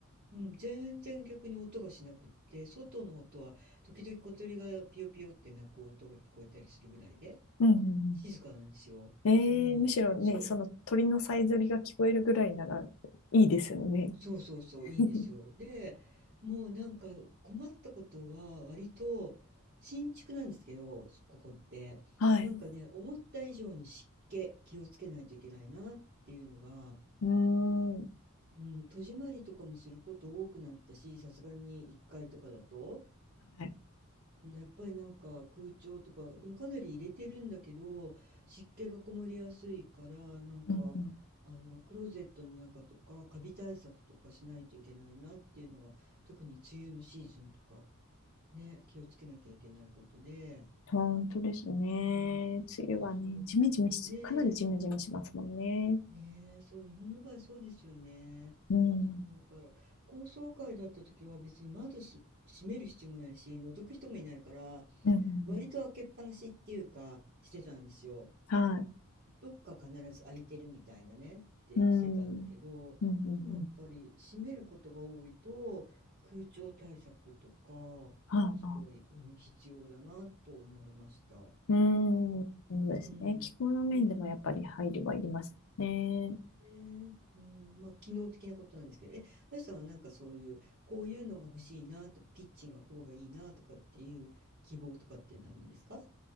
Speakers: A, on the right; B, on the left.
A: うん、全然逆に音がしなくって、外の音は時々小鳥がピヨピヨって鳴く音が聞こえたりするぐらいで、
B: うんうんうん。
A: 静かなんですよ。
B: ええむしろね、
A: うん、そう、
B: その鳥のさえずりが聞こえるぐらいならいいですよね。
A: そうそうそう、いいんですよ。
B: <laughs>
A: で、もうなんか困ったことは割と新築なんですけど、そここって。
B: はい。
A: なんかね、思った以上に湿気気をつけないといけないなっていうのが、
B: うーん。
A: うん、戸締まりとかもすること多くなったし、さすがに1階とかだと。
B: はい。
A: うんやっぱりなんか空調とか、でもかなり入れてるんだけど、湿気がこもりやすいから、なんか、
B: うんうん。
A: あの、クローゼットの中とか、カビ対策とかしないといけないなっていうのが、特に梅雨のシーズンとか、ね、気をつけなきゃいけないことで、
B: 本当ですね。
A: うん、
B: 梅雨はね、
A: そ
B: ジメジメし、
A: う、ねえ、
B: かなりジメジメしますもんね。
A: ねえ、そう、日本の場合そうですよね。
B: うん。
A: そう、だから、高層階だった時は別に窓す閉める必要もないし、覗く人もいないから、
B: うんうんうん。
A: 割と開けっぱなしっていうかしてたんですよ。
B: はい。
A: どっか必ず開いてるみたいなねってしてたんだけど、
B: うん。うんうんうん。
A: 今やっぱり閉めることが多いと空調対策とかすごい、
B: はあ、はあ。
A: うん、必要だなと思いました。
B: うん。そうですね。
A: うん。
B: 気候の面でもやっぱり配慮はいりますね。
A: ねえ。ねえうん、まあ機能的なことなんですけど、え、あやさんはなんかそういうこういうのが欲しいなとかキッチンはこうがいいなとかっていう希望とかっていうのあるんですか